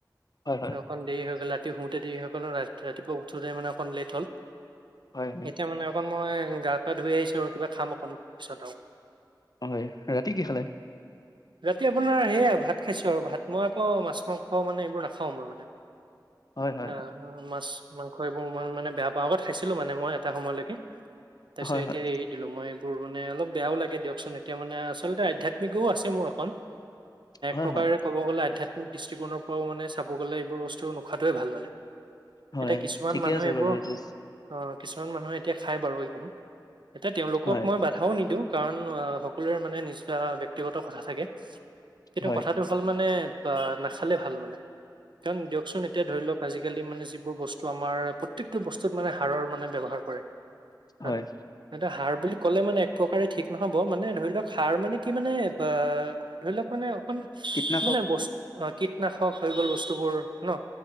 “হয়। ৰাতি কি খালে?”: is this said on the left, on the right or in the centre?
Left